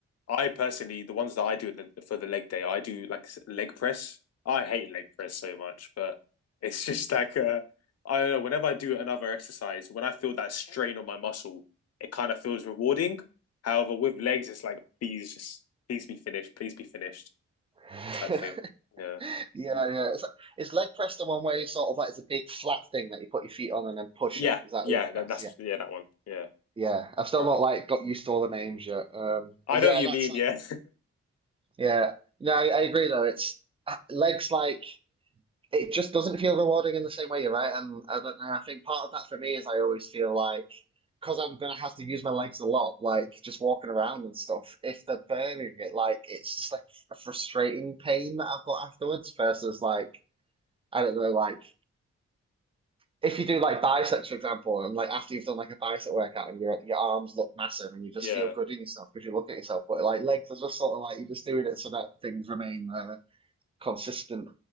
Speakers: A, on the left (about 60°); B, on the right (about 20°).
A: I personally, the ones that I do the, for the leg day, I do like s- leg press. I hate leg press so much, but <laughs> it's just like uh, I don't know. Whenever I do another exercise, when I feel that strain on my muscle, it kind of feels rewarding. However, with legs, it's like please just please be finished, please be finished
B: <laughs>
A: type thing. Yeah,
B: Yeah, yeah. It's, is leg press the one where you sort of like it's a big flat thing that you put your feet on and then push
A: yeah,
B: it? Is that
A: yeah.
B: leg
A: That,
B: press?
A: that's
B: Yeah.
A: yeah that one. Yeah,
B: Yeah. I've still
A: Oh.
B: not like got used to all the names yet. Um,
A: I
B: but
A: know
B: yeah,
A: what you
B: that's
A: mean.
B: like.
A: Yeah,
B: Yeah, no, I, I agree though. It's uh, legs like it just doesn't feel rewarding in the same way. You're right, and I don't know. I think part of that for me is I always feel like because I'm gonna have to use my legs a lot, like just walking around and stuff. If they're burning it, like it's just like a frustrating pain that I've got afterwards versus like I don't know, like if you do like biceps, for example, and like after you've done like a bicep workout and your your arms look massive and you just
A: <laughs> yeah.
B: feel good in yourself because you look at yourself, but like legs are just sort of like you're just doing it so that things remain. there consistent.